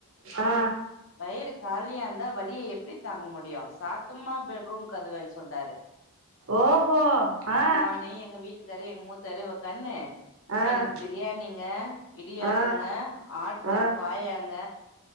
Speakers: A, on the right; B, on the left.
A: ஆ
B: வயிறு காலியாந்தா வலிய எப்டி தாங்க முடியு சாத்துமா பெட்ரூம் கதவன்னு சொன்ட்டாரு
A: ஓஹோ ஆ
B: நானு எங்க வீட்டுக்காரு எங்க மூத்தாரு ஒக்காண்ணு
A: ஆ ஆ
B: எனக்கு பிரியாணிங்க இடியாப்பங்க
A: ஆ
B: ஆட்டுக்காலு
A: ஆ
B: பாயாங்க